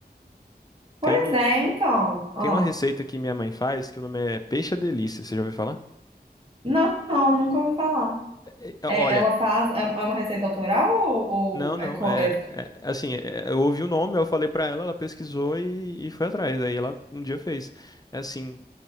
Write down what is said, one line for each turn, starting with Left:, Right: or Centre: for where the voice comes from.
Right: Pois
Left: Tem um,
Right: é, então. Ó.
Left: tem uma receita que minha mãe faz, que o nome é Peixe à Delícia, você já ouviu falar?
Right: Não, não, nunca ouvi falar.
Left: É, é,
Right: É,
Left: olha,
Right: ela faz. É é uma receita autoral ou,
Left: não,
Right: ou
Left: não,
Right: é, co-
Left: é,
Right: é-
Left: é, assim, é, eu ouvi o nome, eu falei pra ela, ela pesquisou e, e foi atrás. Aí ela um dia fez. É assim.